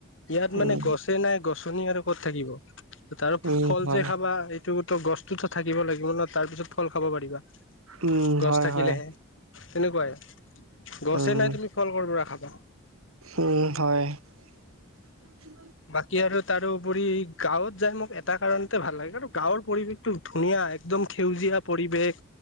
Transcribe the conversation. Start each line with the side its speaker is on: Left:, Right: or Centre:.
Left: ইয়াত
Right: উম
Left: মানে গছে নাই গছনি আৰু ক'ত থাকিব তাৰ
Right: উম
Left: ফল
Right: হয়
Left: যে খাবা। <unintelligible> <unintelligible> গছতো থাকিব লাগিব নহ তাৰ পিছত ফল খাব পাৰিবা
Right: উম
Left: গছ
Right: হয়
Left: থাকিলেহে।
Right: হয়
Left: তেনেকুৱাই গছে
Right: উম।
Left: নাই তুমি ফল কৰ পৰা খাবা।
Right: উম হয়। <inaudible>
Left: বাকী আৰু তাৰোপৰি গাঁৱত যাই মোক এটা কাৰণতে ভাল লাগে আৰু গাঁৱৰ পৰিৱেশ। <unintelligible> ধুনীয়া একদম সেউজীয়া পৰিৱেশ।